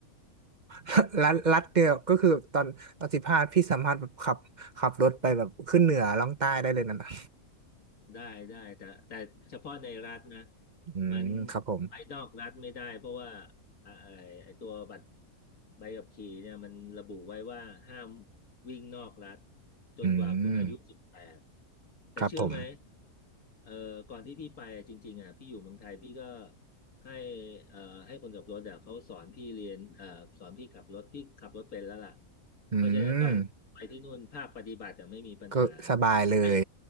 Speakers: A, on the right; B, on the left.
A: <laughs> รัฐรัฐเดียวก็คือตอนตอนสิบห้าพี่สามารถแบบขับขับรถไปแบบขึ้นเหนือล่องใต้ได้เลยนะนะ
B: ได้ได้แต่แต่เฉพาะในรัฐนะ
A: อืมครับผม
B: มันไปนอกรัฐไม่ได้เพราะว่าอ่าไอไอตัวบัตรใบขับขี่เนี่ยมันระบุไว้ว่าห้ามวิ่งนอกรัฐจนกว่าคุณอายุสิบแปด
A: อืม
B: แต่เชื่อไหม
A: ครับผม
B: เอ่อก่อนที่พี่ไปอะจริงๆอ่ะพี่อยู่เมืองไทยพี่ก็ให้เอ่อให้คนขับรถอ่ะเขาสอนพี่เรียนเอ่อสอนพี่ขับรถพี่ขับรถเป็นแล้วล่ะ
A: อื
B: เพราะฉะนั้นตอนไปที่นู่นภาคปฏิบัติอ่ะไม่มีปัญหา
A: ม ก็สบายเลย
B: ไอ้